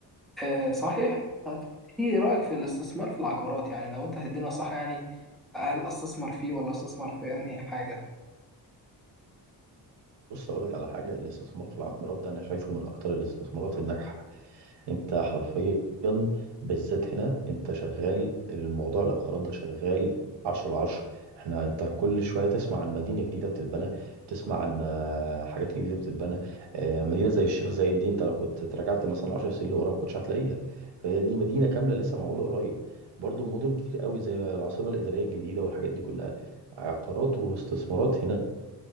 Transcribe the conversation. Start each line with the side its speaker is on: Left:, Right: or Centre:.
Centre: أه صحيح طب إيه رأيك في الاستثمار في العقارات يعني لو أنت هتدينا صح يعني هل أستثمر فيه ولا أستثمر في أنهي حاجة؟
Right: بص اقول لك على حاجه الاستثمار في العقارات ده انا شايفه من اكتر الاستثمارات الناجحه انت حرفيا بالذات هنا انت شغال الموضوع العقارات ده شغال 10 على 10 احنا انت كل شويه تسمع عن مدينه جديده بتتبنى تسمع عن آه، حاجات جديده بتتبنى آه، مدينه زي الشيخ زايد دي انت لو كنت تراجعت مثلا 10 سنين لورا ما كنتش هتلاقيها فهي دي مدينه كامله لسه معموله قريب برضو مدن كتير قوي زي العاصمه الاداريه الجديده والحاجات دي كلها عقارات واستثمارات هناك